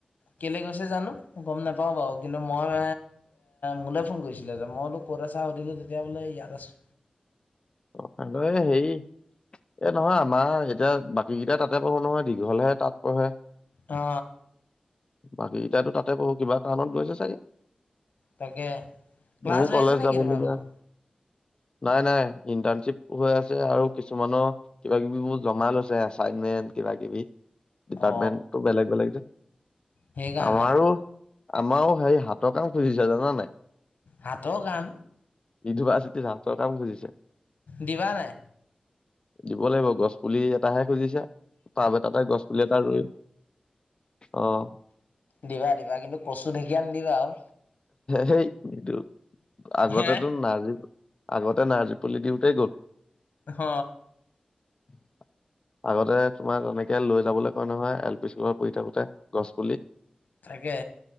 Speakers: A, on the left; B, on the left.
A: কেলে গৈছে জানো? ম গম নাপাও বাৱ কিন্তু মই মোলৈ ফোন কৰিছিলে। তে মই বুলো ক'ত আছা সুধিলে যেতিয়া বোলে, ইয়াত আছোঁ।
B: অ আমাৰ হেৰি, এ নহয় আমাৰ। এতিয়া বাকীকেইটা তাতে পঢ় নহয়, দীঘলেহে তাত পঢ়ে।
A: অ।
B: বাকীকিতাইতো তাতে পঢ়, কিবা টাউনত গৈছে চাগে।
A: তাকে ক্লাছ
B: মোৰ
A: হৈ
B: কলেজ
A: আছে নেকি
B: যাব
A: তোমালোকৰ
B: লগীয়া, নাই নাই। ইন্টাৰ্নশ্বিপ হৈ আছে আৰু কিছুমানৰ কিবা কিবিবোৰ জমা লৈছে, এচাইনমেন্ট কিবা কিবি। ডিপাৰ্টমেণ্টটো
A: অ
B: বেলেগ বেলেগ যে,
A: সেইকাৰণে
B: আমাৰো। আমাৰো হেৰি হাতৰ কাম খুজিছে জানা নাই?
A: হাতৰ কাম
B: ইউনিভাৰ্চিটিত আৰ্টছৰ কাম খুজিছে।
A: দিবা নাই?
B: দিব লাগিব, গছ পুলি এটাহে। খুজিছে, তাব এতাতে গছ পুলি এটা ৰুই, অহ।
A: দিবা দিবা, কিন্তু কচু ঢেঁকীয়া নিদিবা আৱ।
B: সেইট নিদু আগতেতো
A: হে
B: নাজিব। আগতে নাৰ্জী পুলি দিওঁতে গ'ল।
A: হ।
B: <unintelligible> আগতে তোমাৰ তেনেকে লৈ যাবলে কয় নহয় এল পি স্কুলত পঢ়ি থাকোতে গছ পুলি।
A: তাকে।